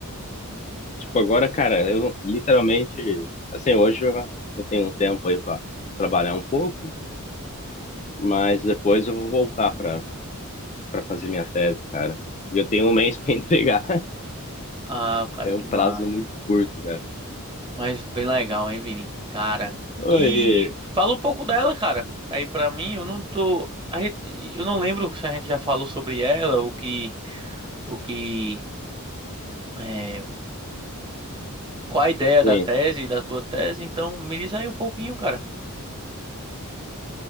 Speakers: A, on the left; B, on the right.
A: Tipo, agora, cara, eu não- literalmente. Assim, hoje eu, eu tenho um tempo aí pra trabalhar um pouco, mas depois eu vou voltar pra, pra fazer minha tese, cara. E Eu tenho um mês <laughs> pra entregar.
B: Ah, cara,
A: É
B: que
A: um prazo
B: massa.
A: muito curto, cara.
B: Mas bem legal, hein, Vini? Cara.
A: Oi,
B: E fala um pouco dela, cara. Aí pra mim, eu não tô. A gente, eu não lembro se a gente já falou sobre ela, o que, o que, é, qual a ideia
A: sim.
B: da tese, da tua tese. Então, me diz aí um pouquinho, cara.